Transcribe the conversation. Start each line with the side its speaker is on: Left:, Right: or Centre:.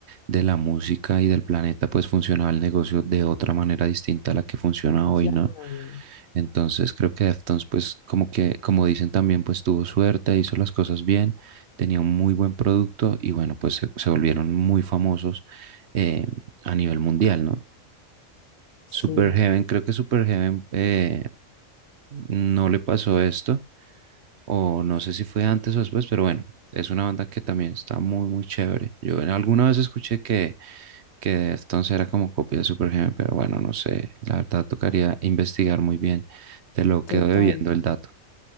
Right: de la música y del planeta, pues funcionaba el negocio de otra manera distinta a la que funciona hoy,
Left: Claro,
Right: ¿no? Entonces creo que Deftones, pues como que, como dicen también, pues tuvo suerte, hizo las cosas bien, tenía un muy buen producto y bueno, pues se, se volvieron muy famosos eh, a nivel mundial, ¿no?
Left: sí,
Right: Superheaven, creo que Superheaven eh, no le pasó esto, o no sé si fue antes o después, pero bueno, es una banda que también está muy, muy chévere. Yo en- alguna vez escuché que, que Deftones era como copia de Supergenial, pero bueno, no sé, la verdad tocaría investigar muy bien. Te lo quedo
Left: total.
Right: debiendo el dato.